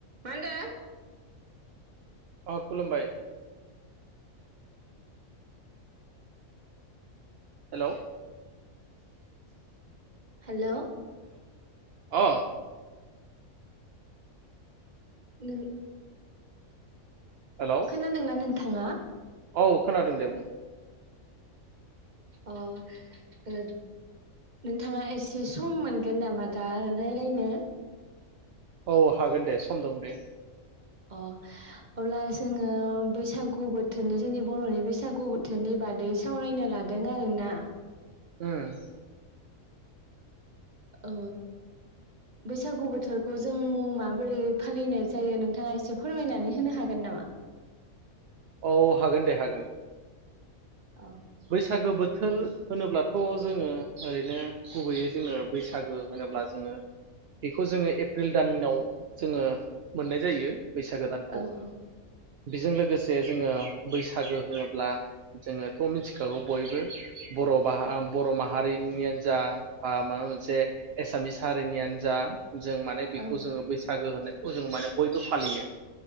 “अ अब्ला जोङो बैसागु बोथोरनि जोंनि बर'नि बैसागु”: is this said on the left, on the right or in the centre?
Right